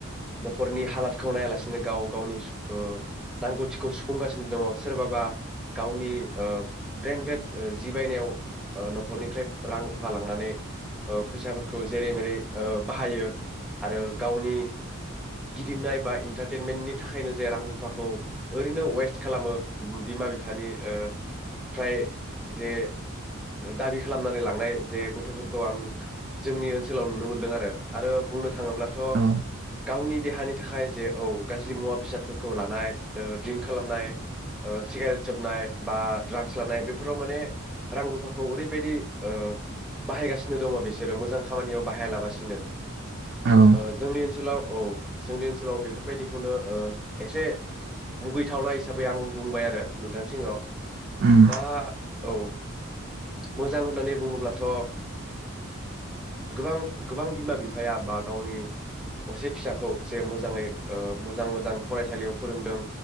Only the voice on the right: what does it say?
औ
औ
उम